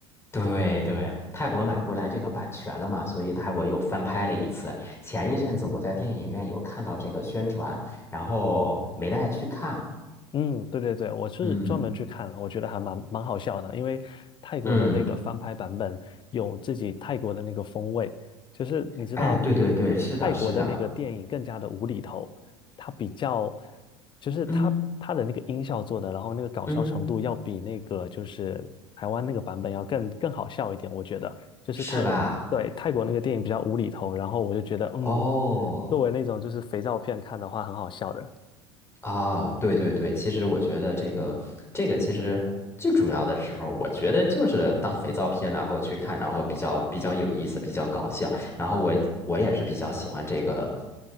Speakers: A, on the left (about 15°); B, on the left (about 35°).
A: 对对，泰国买过来这个版权了嘛，所以泰国又翻拍了一次。前一阵子我在电影院有看到这个宣传，然后没带去看。
B: 嗯，对对对，我是专门去看了，
A: 嗯
B: 我觉得还蛮蛮好笑的，因为泰国的那个翻拍版本有自己泰国的那个风味，
A: 嗯，
B: 就是你知道
A: 哎，对对对，是的，
B: 泰国的那个电影更加的无厘头，
A: 是的，
B: 它比较就是它它的那个音效做的，
A: 嗯
B: 然后那个搞笑程度要比那个就是台湾那个版本要更更好笑一点，
A: 嗯，
B: 我觉得就是泰对泰国那个电影比较无厘头，
A: 是吧？
B: 然后我就觉得嗯，
A: 哦。
B: 作为那种就是肥皂片看的话很好笑的。
A: 啊，对对对，其实我觉得这个这个其实最主要的时候，我觉得就是当肥皂片，然后去看，然后比较比较有意思，比较搞笑。然后我我也是比较喜欢这个